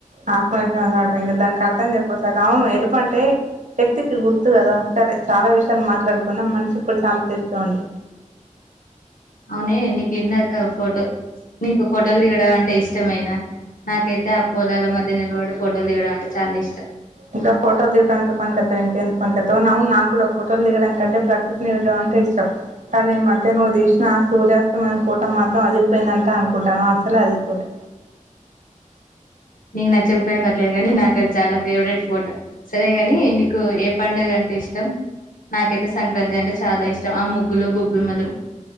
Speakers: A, on the right (about 65°); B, on the left (about 80°).
A: ఆ <unintelligible> ఇంకా దానికి అర్తం చెప్పు ఓసారి అవును ఎరుపు అంటే శక్తికి గుర్తు కదా సరే చాలా విషయాలు మాట్లాడుకున్నాం మనసు ఇప్పుడు చాలా తేలికగా ఉంది
B: అవునే నీకు ఇందాక ఫోటో నీకు ఫోటోలు దిగడం అంటే ఇష్టమేన నాకైతే ఆ పొలాల మధ్య నిలబడు ఫోటోలు దిగడం అంటే చాలా ఇష్టం
A: ఇంకా ఫోటో దిగడానికే పనికొత్తావ్ ఇంక ఎందుక పనికొత్తావ్ అవును నా కూడా ఫోటోల్ దిగడం కంటే ప్రకృతిని చూడ్డం ఇష్టం కానీ ఈ మధ్య నువ్వు తీసిన ఆ సూర్యాస్తమయం ఫోటో మాత్రం అదిరిపోయిందంట అనుకుంటాను అ అలా అదిరిపోతాయి
B: నేను నచ్చకపోయినా పర్లేదు గానీ నాకు అది చాలా ఫేవరెట్ ఫోటో సరేగాని నీకు ఏ పండగ అంటే ఇష్టం నాకైతే సంక్రాంతి అంటే చాలా ఇష్టం ఆ ముగ్గులు గొబ్బెమ్మలు